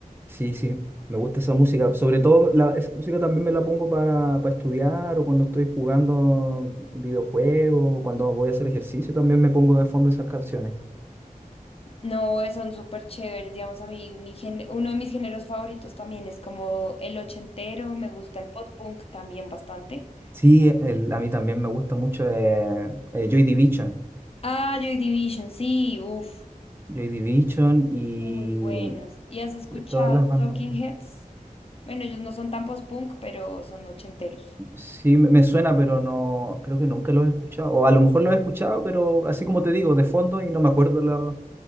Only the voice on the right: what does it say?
Sí, sí, me gusta esa música. Sobre todo, la, esa música también me la pongo para, para estudiar o cuando estoy jugando videojuegos o cuando voy a hacer ejercicio, también me pongo de fondo esas canciones.
Sí, el- a mí también me gusta mucho eh, eh, Joy Division.
Joy Division y
eh, todas las bandas.
Sí, me me suena, pero no, creo que nunca los he escuchado. O a lo mejor los he escuchado, pero así como te digo, de fondo y no me acuerdo, la-